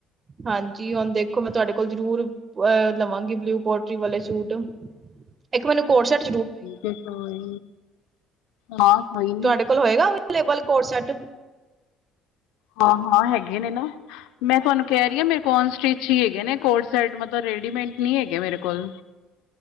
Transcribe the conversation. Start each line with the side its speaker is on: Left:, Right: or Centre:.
Right: ਹਾਂਜੀ ਹੁਣ ਦੇਖੋ ਮੈਂ ਤੁਹਾਡੇ ਕੋਲ ਜ਼ਰੂਰ ਅ ਲਵਾਂਗੀ ਬਲਿਊ ਪੋਲਟਰੀ ਵਾਲੇ ਸੂਟ ਇੱਕ ਮੈਨੂੰ ਕੋਰ ਸ਼ਟ
Left: ਤੇ ਕੋਈ ਹਾਂ ਕੋਈ ਨੀ।
Right: ਤੁਹਾਡੇ ਹੋਏਗਾ ਅਐ ਵਾਲਾ ਕੋਟ ਸੈਟ
Left: ਹਾਂ-ਹਾਂ ਹੈਗੇ ਨੇ ਨਾ। ਮੈਂ ਤੁਹਾਨੂੰ ਕਹਿ ਰਹੀ ਹਾਂ ਮੇਰੇ ਕੋਨ ਸਟਿਚ ਹੀ ਹੈਗੇ ਨੇ, ਕੋਟ ਸ਼ੈਟ ਮਤਲਬ, ਰੇਡੀਮੇਡ ਨਹੀਂ ਹੈਗੇ ਮੇਰੇ ਕੋਲ।